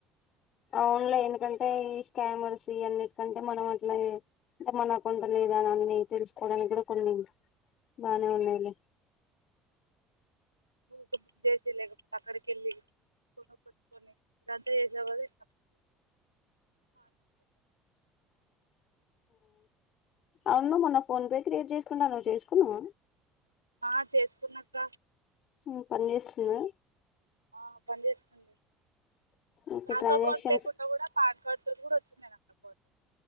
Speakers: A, on the left; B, on the right.
A: అవున్లే ఎందుకంటే ఈ స్కామర్స్ ఇవన్నీ ఎకంటే మనం అట్లా అంటే మన అకౌంట్ లేదాని అని తెలుసుకోవడానికి కూడా కొన్ని బానే ఉన్నాయిలే
B: ఊక బుక్ చేసి లేకపోతే అక్కడికి వెళ్ళి కొనుకోచొని ఇదంతా చేసే బదులు <inaudible>
A: అవును మొన్న ఫోన్ పే క్రియేట్ చేసుకుంట చేసుకునావ
B: ఆ చేసుకున్న అక్క
A: మ్ పనిచేస్తుందా
B: ఆ పని చేస్తుంది
A: ఓకే
B: బ్యాంక్
A: ట్రాన్సాక్షన్స్
B: అకౌంట్ లేకుండా కూడా పాన్ కార్డ్ తో కూడా వచ్చింద నా అకౌంట్